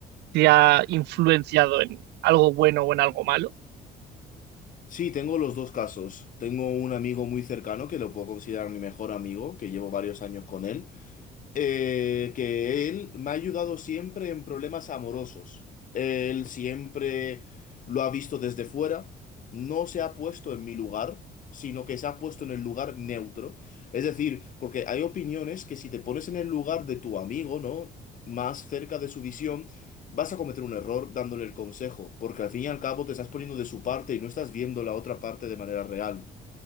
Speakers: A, on the right; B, on the left.
A: te ha influenciado en algo bueno o en algo malo?
B: Sí, tengo los dos casos. Tengo un amigo muy cercano que lo puedo considerar mi mejor amigo, que llevo varios años con él, eh, que él me ha ayudado siempre en problemas amorosos. Él siempre lo ha visto desde fuera, no se ha puesto en mi lugar, sino que se ha puesto en el lugar neutro. Es decir, porque hay opiniones que si te pones en el lugar de tu amigo, ¿no? Más cerca de su visión, vas a cometer un error dándole el consejo, porque al fin y al cabo te estás poniendo de su parte y no estás viendo la otra parte de manera real.